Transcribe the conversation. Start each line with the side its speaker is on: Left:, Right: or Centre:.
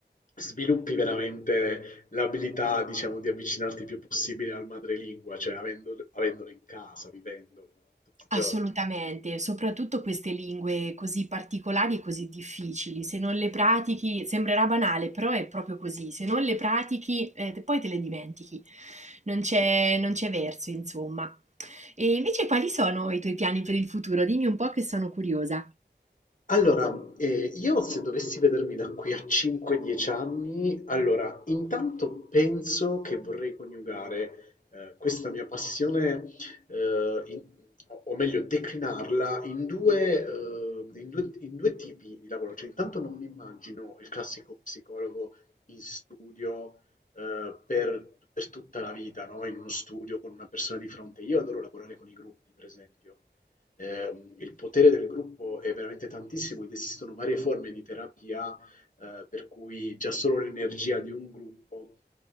Left: sviluppi veramente l'abilità, diciamo, di avvicinarti il più possibile al madrelingua, cioè avendo- avendolo in casa, vivendolo, no, tutti i giorni.
Right: Assolutamente, soprattutto queste lingue così particolari e così difficili, se non le pratichi, sembrerà banale, però è proprio così, se non le pratichi, eh, te- poi te le dimentichi, non c'è non c'è verso, insomma. E invece quali sono i tuoi piani per il futuro? Dimmi un po' che sono curiosa.
Left: Allora, ehm, io se dovessi vedermi da qui a 5, 10 anni, allora intanto penso che vorrei coniugare, ehm, questa mia passione, ehm, in o o meglio declinarla in 2, ehm, in 2 in 2 tipi di lavoro. Cioè intanto non mi immagino il classico psicologo in studio, ehm, per per tutta la vita, no, in uno studio con una persona di fronte. Io adoro lavorare con i gruppi, per esempio. Ehm, il potere del gruppo è veramente tantissimo ed esistono varie forme di terapia, eh, per cui già solo l'energia di un gruppo,